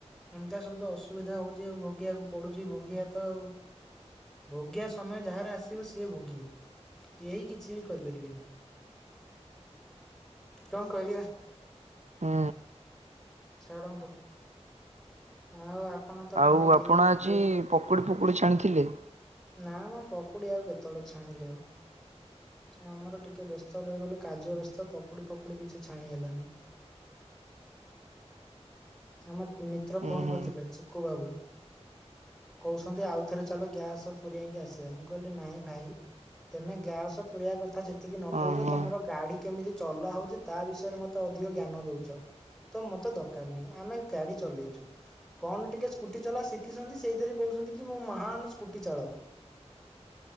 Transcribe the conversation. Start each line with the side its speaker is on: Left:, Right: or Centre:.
Centre: ଏମିତିଆଉ ସବୁ ତ ଅସୁବିଧା ହଉଛି ଆଉ ଭୋଗିଆକୁ ପଡୁଛି ଭଗିବା ତ ଆଉ। ଭୋଗିବା ସମୟ ଯାହାର ଆସିବ ସିଏ ଭୋଗିବ କେହି କିଛି ବି କରି ପାରିବେନି କଣ କରିବା?
Right: ଅଁ।
Centre: ଛାଡ଼ନ୍ତୁ। ଆଉ ଆପଣ ତ
Right: ଆଉ
Centre: କଣ ବିରିୟାନୀ
Right: ଆପଣ ଆଜି
Centre: ଖାଇଥିଲେ କୋଉଠି?
Right: ପକୁଡି ଫକୁଡି ଛାଣିଥିଲେ
Centre: ନା ମ ପକୁଡ଼ି ଆଉ କେତେବେଳେ ଛାଣିଲି ଆଉ। ଆମର ଟିକେ ବ୍ୟସ୍ତ ରହିଗଲୁ କାର୍ଯ୍ୟ ବ୍ୟସ୍ତ ପକୁଡି ଫକୁଡି କିଛି ଛାଣି ହେଲାନି। ଆମ ମିତ୍ର
Right: ହୁଁ
Centre: ଫୋନ
Right: ହୁଁ
Centre: କରିଥିଲେ ଚିକୁ ବାବୁ। କହୁଛନ୍ତି ଆଉ ଥରେ ଚାଲ ଗ୍ୟାସ ପୁରେଇକି ଆସିବା ମୁଁ କହିଲି ନାଇଁ ଭାଇ। ତମେ ଗ୍ୟାସ ତ ପୁରେଇବା କଥା ସେତିକି ନ
Right: ହଁ
Centre: କହୁଛ
Right: ହଁ
Centre: ତମର ଗାଡି କେମିତି ଚଲା ହଉଛି ତା ବିଷୟରେ ମତେ ଅଧିକ ଜ୍ଞାନ ଦଉଛ। ତ ମତେ ଦରକାର ନାହିଁ ଆମେ ଗାଡି ଚଲେଇଛୁ। କଣ ଟିକେ ସ୍କୁଟି ଚଲା ଶିଖିଛନ୍ତି ସେଇଥିରେ କହୁଛନ୍ତି କି ମୁଁ ମହାନ ସ୍କୁଟି ଚାଳକ।